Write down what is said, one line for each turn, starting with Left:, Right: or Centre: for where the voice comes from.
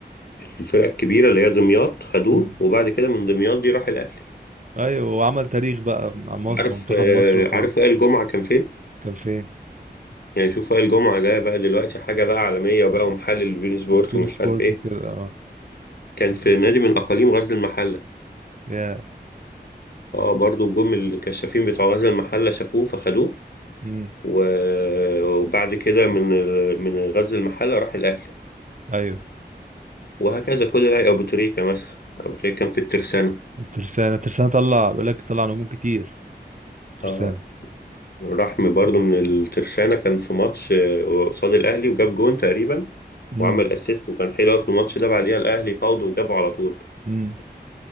Left: الفرقة الكبيرة اللي هي دمياط خدوه
Right: امم
Left: وبعد كده من دمياط دي راح الأهلي
Right: ايوه وعمل تاريخ بقى مع مصر
Left: عارف
Right: منتخب
Left: آه،
Right: مصر وكله
Left: عارف وائل جمعة كان فين؟
Right: كان فين
Left: يعني شوف وائل جمعة ده بقى دلوقتي حاجة بقى عالمية وبقى ومحلل بين سبورت
Right: وبين
Left: ومش
Right: سبورت
Left: عارف إيه
Right: وكده اه
Left: كان في نادي من أقاليم غزل المحلة
Right: يا
Left: اه برضو جم الكشافين بتوع غزل المحلة شافوه فخدوه
Right: امم
Left: و- وبعد كده من ال- من غزل المحلة راح الأهلي
Right: ايوه
Left: وهكذا كل لاعب أبو تريكة مثلا أبو تريكة كان في الترسانة
Right: الترسانة الترسانة طلع بقولك طلع نجوم كتير ترسانة
Left: اه راح م- برضه من الترسانة كان في ماتش آه، قصاد الأهلي وجاب جون تقريبا
Right: امم
Left: وعمل أسيست وكان حلو أوي في الماتش ده بعديها الأهلي فاوضوا وجابوا على طول
Right: امم